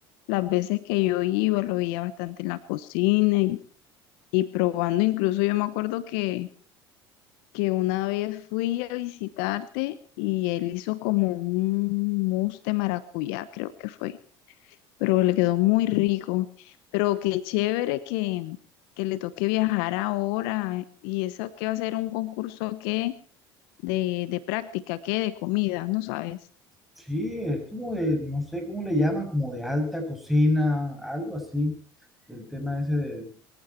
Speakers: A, on the left; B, in the centre.
A: las veces que yo iba, lo veía bastante en la cocina y, y probando, incluso yo me acuerdo que, que una vez fui a visitarte y él hizo como un mousse de maracuyá, creo que fue, pero le quedó muy rico, pero qué chévere que, que le toque viajar ahora y eso que va a ser un concurso que de, de práctica, que de comida, ¿no sabes?
B: Sí, es como de, no sé cómo le llaman, como de alta cocina, algo así, el tema ese de,